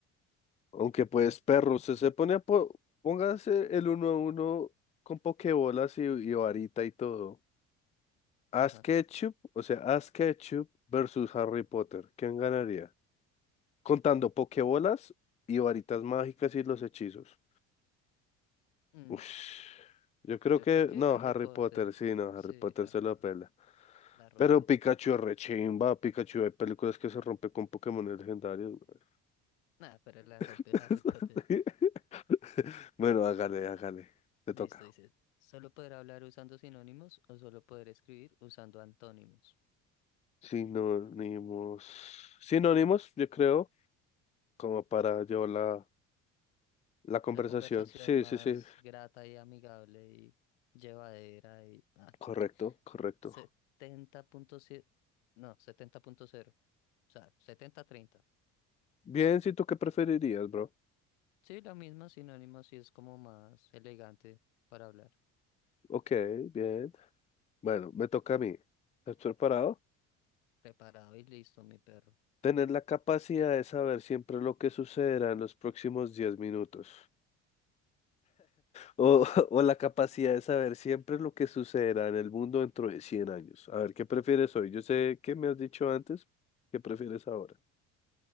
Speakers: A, on the left; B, on the left.
A: Aunque pues, perro, se, se pone a... po- Póngase el uno a uno con pokebolas y, y varita y todo. Ash
B: Ajá.
A: Ketchum, o sea, Ash Ketchum versus Harry Potter. ¿Quién ganaría? Contando pokebolas y varitas mágicas y los hechizos.
B: Mm,
A: Uf, yo creo
B: Yo
A: que
B: creo que
A: no,
B: Harry
A: Harry
B: Potter.
A: Potter, sí, no, Harry
B: Sí,
A: Potter
B: Harry
A: se lo
B: Potter.
A: pela.
B: La rompe.
A: Pero Pikachu es rechimba, Pikachu, hay películas que se rompe con Pokémon legendarios. güey.
B: Nada, pero la rompe
A: <laughs>
B: Harry Potter.
A: Bueno, hágale, hágale, te
B: Listo,
A: toca.
B: dice. Solo poder hablar usando sinónimos o solo poder escribir usando antónimos.
A: Sinónimos, sinónimos, yo creo, como para llevar la, la conversación.
B: La conversación
A: Sí,
B: más
A: sí, sí,
B: grata y amigable y llevadera y... ah,
A: correcto,
B: <laughs>
A: correcto.
B: setenta punto siete No, setenta punto cero O sea, setenta treinta
A: Bien, si tú qué preferirías, bro.
B: Sí, lo mismo, sinónimos sí es como más elegante para hablar.
A: Ok, bien. Bueno, me toca a mí. ¿Estás preparado?
B: Preparado y listo, mi perro.
A: Tener la capacidad de saber siempre lo que sucederá en los próximos 10 minutos. O, <laughs> o la capacidad de saber siempre lo que sucederá en el mundo dentro de 100 años. A ver, ¿qué prefieres hoy? Yo sé que me has dicho antes. ¿Qué prefieres ahora?